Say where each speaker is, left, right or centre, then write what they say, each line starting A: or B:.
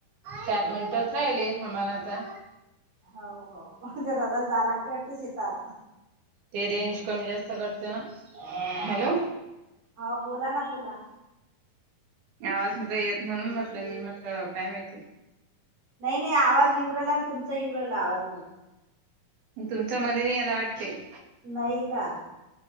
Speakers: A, on the right; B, on the right.
A: चार मिनिटात राहिले, थांबा ना आता.
B: हाव हाव त्या, दादाला जाय लागते वाटते शेतात.
A: ते रेंज कमी जास्त करते ना हॅलो.
B: हा बोला ना बोला.
A: गावात तर येत म्हणून, म्हटलं मी म्हटल काय माहिती.
B: नाही, नाही आवाज येऊ राहीला आणि तुमचा येऊ राहिला आवाज
A: तुमचा मले नाही आला वाटते.
B: नाही का?